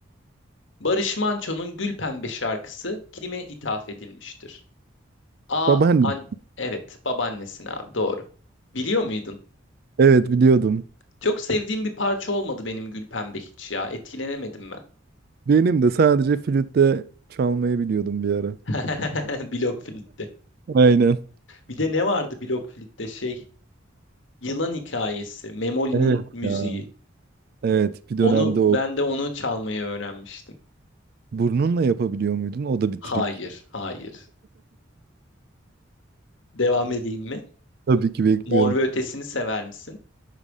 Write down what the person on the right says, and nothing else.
Babaanne.
Evet biliyordum.
Benim de sadece flütte çalmayı biliyordum bir ara.
Aynen.
Evet
ya. Evet bir dönemde
o.
Burnunla yapabiliyor muydun? O da bir
trik.
Tabii ki bekliyorum.